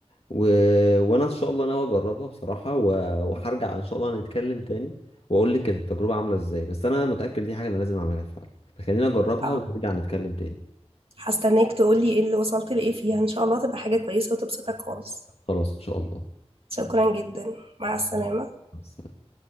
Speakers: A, on the left (about 65°); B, on the right (about 60°).
A: و... وانا ان شاء الله ناوي اجربها بصراحة و... وهرجع ان شاء الله نتكلم تاني واقول لك كانت التجربة عاملة ازاي بس انا متأكد دي حاجة انا لازم اعملها فعلا فخلينا نجربها
B: اه،
A: ونرجع نتكلم تاني
B: هستناك تقولي ايه اللي وصلت لايه فيها ان شاء الله تبقى حاجة كويسة وتبسطك خالص
A: خلاص ان شاء الله
B: شكرا جدا مع السلامة
A: مع السلامة.